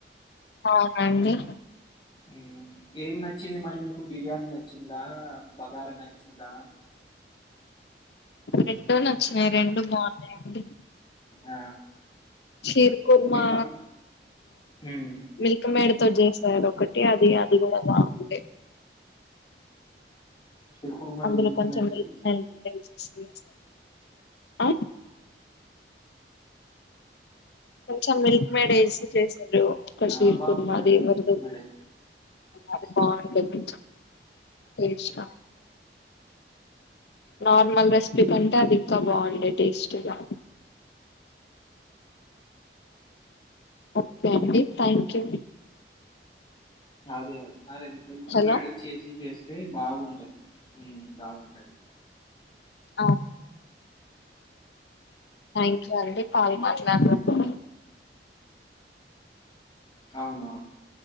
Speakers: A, on the left; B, on the left.
A: అవునండి
B: మ్ ఏం నచ్చింది మరి మీకు బిర్యానీ నచ్చిందా బగారా నచ్చిందా
A: రెండు నచ్చినాయి రెండు బాగున్నాయిండి
B: ఆ
A: చీర్ కుర్మా
B: మీ తమ్ హ్మ్.
A: మిల్క్ మెడ్తో జ ఎదో ఒకటి అది అది గూడా బాగునండే
B: షీర్ కుర్మా
A: అందులో
B: మిల్క్
A: కొంచెం
B: మేడ్‌తో చేశారా?
A: నెయ్యి డైజెస్ట్స్త అ కొంచెం మిల్క్ మేడ్ వేసి చేస్త ఒక కషీర్
B: ఆ! బావుంటదండి
A: కుర్మా అదేవ్రదో
B: మిల్క్ మేడ్
A: అది
B: ఏస్తే.
A: బాగుండేది టేష్టా నార్మల్ రెసిపీ కంటే అది ఇంకా బాగుండే టేస్ట్గా ఓకే అండి థ్యాంక్ యూ
B: అదే అదే మిల్క్
A: హలో
B: మేడ్ చేసి చేస్తే బాగుంటది మ్ బాగుంటది
A: అవును థ్యాంక్ అండి పాలు మాట్లాడినందుకు
B: అవునవును